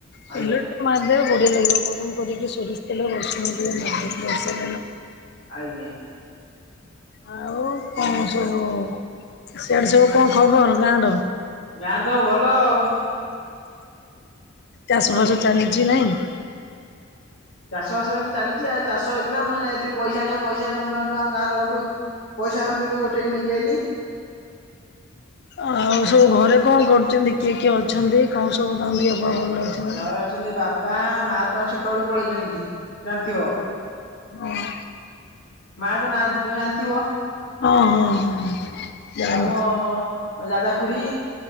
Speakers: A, on the left; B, on the left.
A: ତେଲ
B: ଆଜ୍ଞା
A: ଟିକେ ମାରିଦେବେ ବଢିଆ ଲାଗିବ, ଗରମ କରିକି ସୋରିଷ ତେଲ ରସୁଣ ଟିକେ ମାରି, ବର୍ଷା
B: ଆଜ୍ଞା।
A: ଆଉ କଣ ସବୁ, ସେଆଡେ ସବୁ କଣ ଖବର ଗାଁ ର?
B: ଗାଁ ତ ଆଉ ଭଲ ଆଉ।
A: ଚାଷବାସ ଚାଲି ଚି ନାଇଁ।
B: ଚାଷ ବାସ ଏଇନା ଚାଲିଛି। ଆଉ ଚାଷ ହେଇଥିଲା ମୁ ଏଇନେ ଆଇଥିଲି ପଇସା ଆଣିବାକୁ ପଇସା ସମସ୍ତଙ୍କଠୁ ଆମ ଗାଁ ଲୋକ ଠୁଁ ପଇସା ସମସ୍ତଙ୍କଠୁ ଗୋଟେଇକି ନେଇକି ଆଇଲି।
A: ଆଉ ସବୁ ଘରେ କଣ କରୁଛନ୍ତି? କିଏ କିଏ ଅଛନ୍ତି? କଣ ସବୁ <unintelligible>
B: ଘ
A: ଅଛି ନା?
B: ଘରେ ଅଛନ୍ତି ବାପା, ମା ତ ଛୋଟବେଳୁ ପଳେଇଛନ୍ତି ଜାଣିଥିବ।
A: ହଁ।
B: ମା ତ ନାହାନ୍ତି ତମେ ଜାଣିଥିବ?
A: ହଁ ହଁ ହଁ। ଜାଣିଛି।
B: ଆଉ ମୋ ଦାଦା ଖୁଡି